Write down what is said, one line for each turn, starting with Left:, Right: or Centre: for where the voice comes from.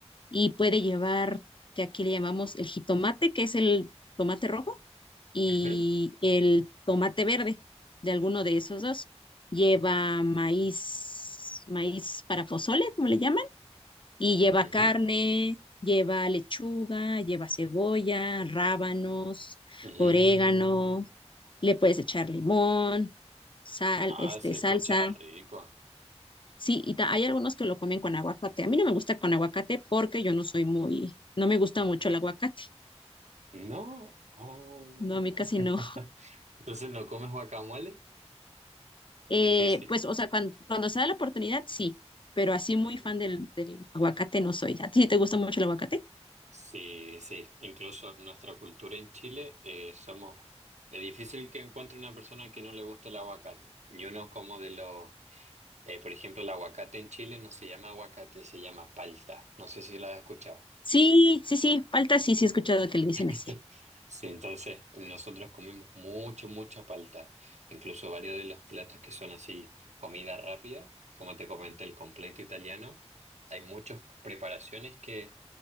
Left: Y puede llevar, que aquí le llamamos el jitomate, que es el tomate rojo y
Right: Ujú,
Left: el tomate verde de alguno de esos dos. Lleva maíz, maíz para pozole, como le llaman, y lleva
Right: ujú,
Left: carne, lleva lechuga, lleva cebolla, rábanos,
Right: ujú.
Left: orégano, le puedes echar limón, sal,
Right: Ah,
Left: este,
Right: se
Left: salsa.
Right: escucha rico.
Left: Sí, y ta- hay algunos que lo comen con aguacate. A mí no me gusta con aguacate porque yo no soy muy, no me gusta mucho el aguacate.
Right: No. Oh.
Left: No, a mí casi
Right: <laughs>
Left: no.
Right: Entonces, ¿no comes guacamole?
Left: Eh,
Right: Difícil.
Left: pues, o sea, cuando, cuando se da la oportunidad, sí, pero así
Right: Mm.
Left: muy fan del, del aguacate no soy. ¿A ti sí te gusta mucho el aguacate?
Right: Sí, sí, incluso nuestra cultura en Chile eh, somos... Es difícil que encuentre una persona que no le guste el aguacate. Y uno como de los... eh, por ejemplo, el aguacate en Chile no se llama aguacate, se llama palta. No sé si lo has escuchado.
Left: Sí, sí, sí, falta sí, sí he escuchado que le dicen
Right: <laughs>
Left: así.
Right: Sí, entonces nosotros comemos mucho, mucha palta. Incluso varios de los platos que son así comida rápida, como te comenté, el completo italiano. Hay muchas preparaciones que